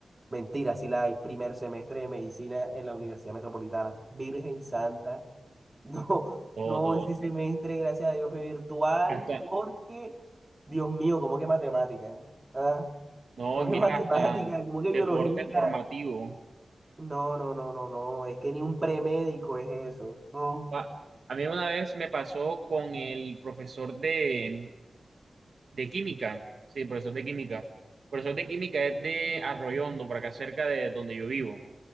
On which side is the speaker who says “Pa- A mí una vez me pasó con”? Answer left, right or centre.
Right